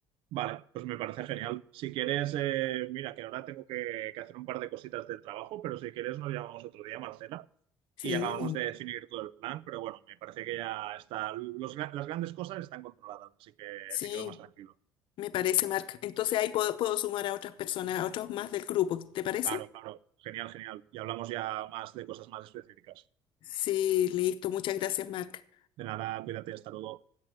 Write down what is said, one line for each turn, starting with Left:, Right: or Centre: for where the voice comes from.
Right: Vale, pues me parece genial. Si quieres, eh, mira, que ahora tengo que, que hacer un par de cositas del trabajo, pero si quieres nos llamamos otro día, Marcela,
Left: Sí.
Right: y acabamos de definir todo el plan, pero bueno, me parece que ya está, los gra- las grandes cosas están controladas, así que
Left: Sí,
Right: me quedo más tranquilo.
Left: me parece, Marc. Entonces ahí puedo, puedo sumar a otras personas, a otros más del grupo, ¿te parece?
Right: Claro, claro. Genial, genial. Y hablamos ya más de cosas más específicas.
Left: Sí, listo. Muchas gracias, Marc.
Right: De nada, cuídate, hasta luego.